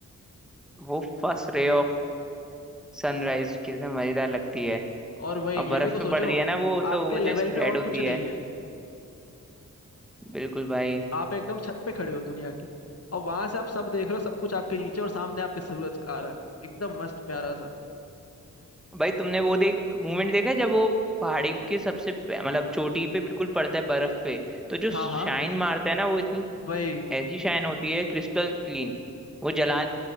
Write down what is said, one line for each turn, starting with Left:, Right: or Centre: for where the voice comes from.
Centre: वो फर्स्ट रे ऑफ सनराइज कितने मज़ेदार लगती है
Left: और वही
Centre: और
Left: ये
Centre: बर्फ
Left: भी तो
Centre: पे
Left: सोचो
Centre: पड़ रही है ना वो
Left: आपके
Centre: तो वो
Left: लेवल
Centre: जो स्प्रेड
Left: पे और
Centre: होती
Left: कुछ नहीं
Centre: है
Left: है
Centre: बिल्कुल भाई
Left: आप एकदम छत पे खड़े हो दुनिया की और वहां से आप सब देख रहे हो सब कुछ आपके नीचे और सामने आपके सूरज आ रहा है एकदम मस्त प्यारा सा
Centre: भाई तुमने वो देख मूवमेंट देखा है जब वो पहाड़ी के सबसे पे- मतलब चोटी पे बिल्कुल पड़ता है बर्फ पे तो जो
Left: हाँ
Centre: शाइन
Left: हाँ
Centre: मारता है ना वो इतनी
Left: वही
Centre: ऐसी शाइन होती है क्रिस्टल क्लीन वो जला